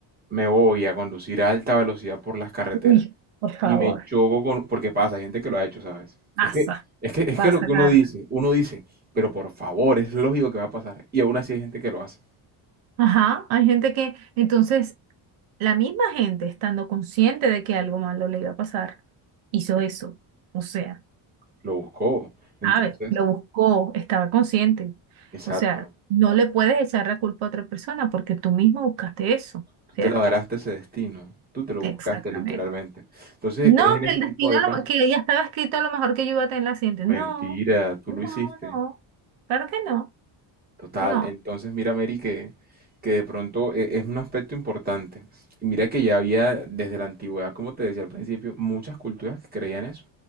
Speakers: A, on the right (about 20°); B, on the right (about 85°).
A: me voy a conducir a alta velocidad por las carreteras,
B: Uy, por favor,
A: y me choco con, porque pasa, hay gente que lo ha hecho, ¿sabes?
B: pasa,
A: Es que, es que, es
B: pasa,
A: que lo que uno
B: Carla.
A: dice, uno dice, pero por favor, es lógico que va a pasar. Y aún así hay gente que lo hace,
B: Ajá, hay gente que, entonces, la misma gente, estando consciente de que algo malo le iba a pasar, hizo eso. O sea,
A: lo buscó. Entonces,
B: sabe, lo buscó, estaba consciente.
A: exacto,
B: O sea, no le puedes echar la culpa a otra persona porque tú mismo buscaste eso,
A: tú
B: ¿cierto?
A: te labraste ese destino, tú te lo buscaste
B: Exactamente.
A: literalmente. Entonces,
B: No,
A: es en
B: que
A: ese
B: el
A: tipo
B: destino,
A: de
B: lo-
A: casos.
B: que ya estaba escrito a lo mejor que yo iba a tener la accidente.
A: Mentira,
B: No,
A: tú
B: no,
A: lo hiciste.
B: no. Claro que no,
A: Total,
B: no.
A: entonces mira, Mary, que, que de pronto e- es un aspecto importante. Y mira que ya había desde la antigüedad, como te decía al principio, muchas culturas que creían eso,